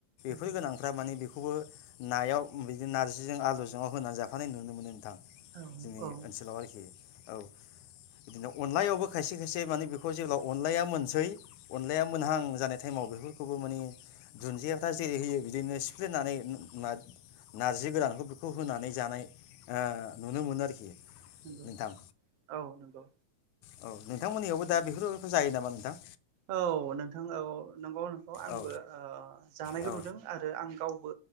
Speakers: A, on the right; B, on the left.
A: नंगौ
B: फै गोनांफा माने बे खौबो नायाव बिदिनो नारजिजों आलुजों होनानै जाफानाय नुनो मोनो नोंथां।
A: औ
B: जोंनि
A: औ
B: ओनसोलाव आरोखि। औ बिदिनो अनलायावबो खायसे खायसे माने बेखौ जेब्ला अनलाया मोनसै अनलाया मोनहां जानाय टाइमाव बेफोरखौबो माने दुन्दियाथा जेरै होयो बिदिनो सिफ्लेनानै उम नार्जि गोरानखौ बेखौ होनानै जानाय ओ नुनो मोनो आरोखि।
A: नंगौ
B: नोंथां
A: औ नंगौ
B: औ नोंथांमोननियावबो दा बेफोरफोरखौ जायो नामा नोंथां?
A: औ नोंथां औ नंगौ नोंखौ आंबो
B: औ
A: जानाय खौ
B: औ ओ
A: नुदों आरो आं गावबो